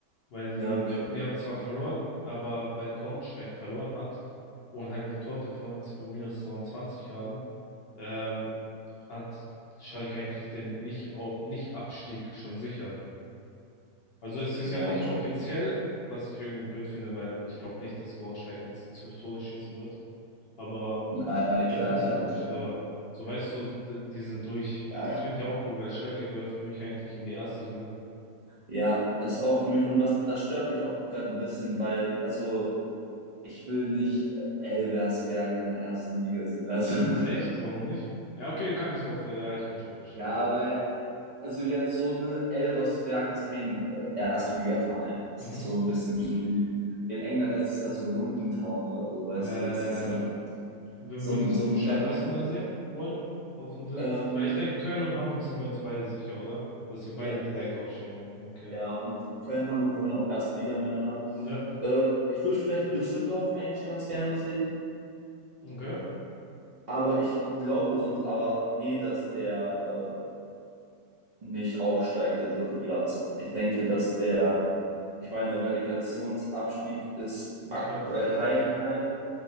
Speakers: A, on the left; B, on the right.
A: Weil die,
B: Ja, okay.
A: die haben zwar verloren, aber weil Braunschweig verloren hat und halt eine Tordifferenz von minus 22 haben, ähm, hat Schalke eigentlich den nicht, au- nicht Abstieg schon sicher. Also es ist
B: Ja,
A: ja nicht
B: okay.
A: offiziell, was ich irgendwie blöd finde, weil ich glaube nicht, dass Braunschweig jetzt zwölf Tore schießen wird. Aber
B: Na, ja,
A: äh,
B: klar,
A: 14
B: klar.
A: Tore, sch- aber so weißt du, die sind durch. Und
B: Ja,
A: das
B: ja.
A: finde ich auch cool, weil Schalke gehört für mich eigentlich in die erste Liga.
B: Ja, ist auch für mich. Und das, das stört mich auch gerade ein bisschen, weil, also, ich will nicht äh, Elversberg in der ersten Liga sehen. Also, <laughs>
A: Echt? Warum nicht? Ja, okay, kann ich doch, ver- ja, ich kann schon verstehen.
B: ja, weil, also jetzt so eine Elversberg ist kein äh, Erstligaverein. Das
A: Mhm.
B: ist so ein bisschen so wie in England letztes Jahr so Luton Town oder so, weißt
A: Äh,
B: du, das ist so,
A: wen
B: so
A: würdest
B: ein, so
A: du
B: ein
A: stattdessen
B: kleiner.
A: da sehen wollen? Auf dem dritten?
B: Ähm,
A: Weil ich denke, Köln und Hamburg sind wir uns beide sicher, oder? Dass wir beide
B: ja,
A: direkt
B: ja, ja.
A: aufsteigen werden. Okay.
B: Ja, und Köln, Hamburg gehören auch Erstligamänner.
A: Ja,
B: Äh, ich würde vielleicht Düsseldorf eigentlich ganz gerne sehen.
A: okay.
B: Aber ich glaube sonst aber eh, dass der äh, nicht aufsteigt, der dritte Platz. Ich denke, dass der, ich meine, Relegationsabstieg ist
A: Ich
B: aktuell
A: glaube,
B: Heidenheim.